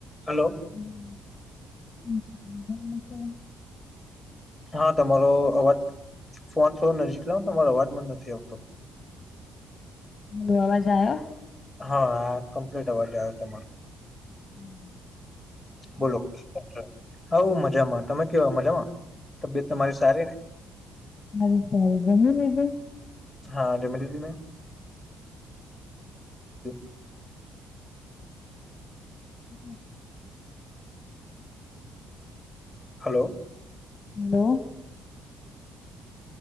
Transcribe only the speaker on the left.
<inaudible>
હવે અવાજ આયો?
<inaudible>
સારું સારું જમી લીધું?
<inaudible>
હલો,